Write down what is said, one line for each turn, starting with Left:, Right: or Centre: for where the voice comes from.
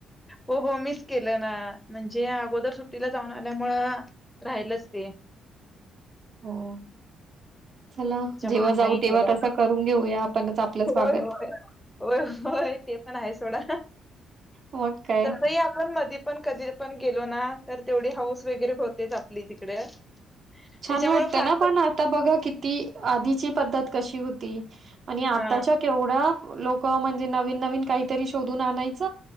Centre: हो हो मिस केलं ना म्हणजे अगोदर सुट्टीला जाऊन आल्यामुळं राहिलच ते.
Right: हो. चला
Centre: त्याच्या
Right: जेव्हा
Centre: मुळ
Right: जाऊ
Centre: नाही
Right: तेव्हा
Centre: गेलो
Right: तसं करून घेऊया आपणच आपलं स्वागत.
Centre: होय -होय -होय -होय ते पण आहे सोडा
Right: मग काय
Centre: तसही आपण मधी आपण कधी पण गेलो ना तर तेवढी हाऊस वगैरे होतेच आपली तिकडे. त्याच्यामुळे
Right: छान वाटतं
Centre: फार
Right: ना पण आता बघा किती? आधीची पद्धत कशी होती. आणि आताच्या
Centre: हा
Right: केवढ्या लोक म्हणजे नवीन नवीन काही तरी शोधून आणायच